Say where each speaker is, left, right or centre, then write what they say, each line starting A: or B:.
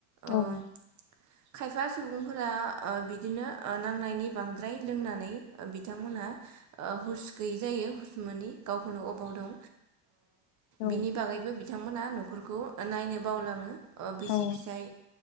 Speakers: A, on the right; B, on the left.
A: ओ
B: औ।
A: खायफा सुबुंफोरा ओ बिदिनो ओ नांनायनि बांद्राय लोंनानै। बिथांमोनहा ओ हुस गैयै जायो हुस मोनि गावखौनो अबाव दन
B: औ
A: बिनि बागैबो बिथांमोना न'खरखौ ओ नायनो बावलाङो ओ बिसि
B: औ
A: फिसाय